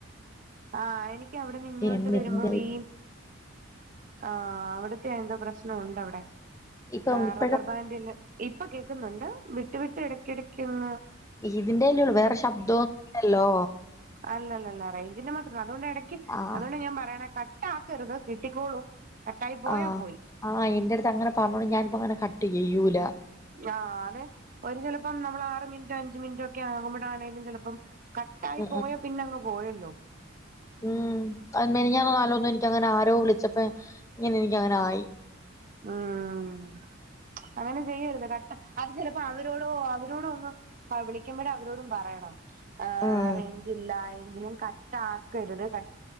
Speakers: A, on the right; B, on the left.
A: ആഹ് എനിക്ക് അവടെന്ന് ഇങ്ങോട്ട്
B: എണ്ണറ്റിന്റെ
A: വെര്മ്പോ വീ ആഹ് അവടത്തെ എന്തോ പ്രശ്നും ഒണ്ട് അവടെ
B: ഇപ്പം
A: ആഹ്
B: ഇപ്പഴും
A: റബ്ബർ ബാൻില് ഇപ്പൊ കേക്ക്ന്ന് ഇണ്ട് വിട്ട് വിട്ട് എടക്ക് എടക്ക് ഒന്ന്
B: ഇതിന്റെ അല്ലേ ഒള്ളു വേറെ ശബ്ദമൊന്നും ഇല്ലല്ലോ
A: അല്ല അല്ല അല്ല റേഞ്ചിന്റെ മാത്രാ അത് കൊണ്ട് എടക്ക്
B: ആഹ്
A: അത് കൊണ്ട് ഞാൻ പറയാണെ കട്ടാ ആക്കാര്ത് കിട്ടിക്കോളൂം കട്ടായി പോയ
B: ആഹ്
A: പോയി
B: ആഹ് എൻ്റെ അട്ത്ത് അങ്ങനെ പറഞ്ഞോണ്ട് ഞാനിപ്പേ അങ്ങന കട്ട് ചെയ്യുല്ലാ
A: ആഹ് അതെ ഒര് ചെലപ്പം നമ്മള് ആറ് മിനിറ്റോ അഞ്ച് മിനിറ്റോ ഒക്കെ ആക്മ്പോഴാണേലും ചെലപ്പം ക ടായി
B: ഉം
A: പോയ
B: ഉം
A: പിന്നെ അങ്ങ് പോയല്ലോ
B: ഉം ആഹ് മിനിഞ്ഞാന്ന് ആരോ എനിക്ക് അങ്ങനെ ആരോ വിളിച്ചാ പ്പോ ഇങ്ങനെ എനിക്ക് അങ്ങനെ ആയി
A: ഉം അങ്ങനെ ചെയ്യരാത് കട്ടാ അത് ചെലപ്പോ അവരോടോ അവരോടോ ഒന്ന് തവളിക്കുമ്പോഴും അവരോടും പറയണം ആഹ്
B: ഉം
A: റേഞ്ച് ഇല്ലായെങ്കിലും കട്ട ആക്കരുത് ക